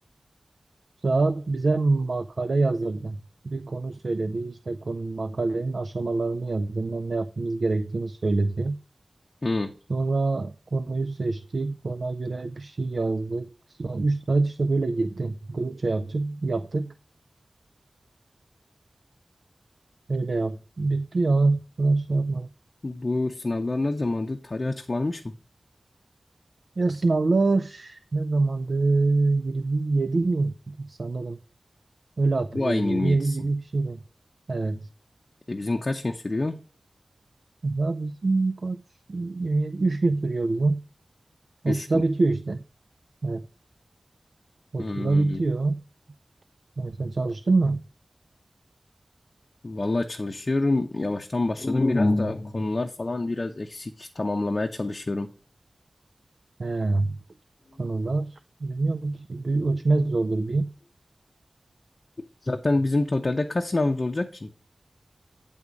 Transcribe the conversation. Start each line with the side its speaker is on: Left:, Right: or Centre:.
Right: Saat bize makale yazdırdı. Bir konu söyledi. İşte konu makalenin aşamalarını yazdı. Ne ne yapmamız gerektiğini söyledi.
Left: Hı.
Right: Sonra konuyu seçtik. Ona göre bir şey yazdık. Sonra 3 saat işte böyle gitti. Grupça yaptık. Yaptık. Öyle yap. Bitti ya. Daha şey yapmadık.
Left: Bu sınavlar ne zamandı? Tarih açıklanmış mı?
Right: Ya sınavlar ne zamandı? 27 mi? Sanırım. Öyle hatırlıyorum.
Left: Bu ayın 27'si.
Right: 27 gibi bir şeydi. Evet.
Left: E bizim kaç gün sürüyor?
Right: Daha bizim kaç? 27. üç gün sürüyor bizim.
Left: Üç
Right: 30'da
Left: gün.
Right: bitiyor işte. Evet. 30'da
Left: Hmm.
Right: bitiyor. Yani sen çalıştın mı?
Left: Vallahi çalışıyorum. Yavaştan başladım biraz da konular falan biraz eksik tamamlamaya çalışıyorum.
Right: He, konular. Bilmiyorum ki. Bir ölçmez zordur bir.
Left: Zaten bizim totalde kaç sınavımız olacak ki?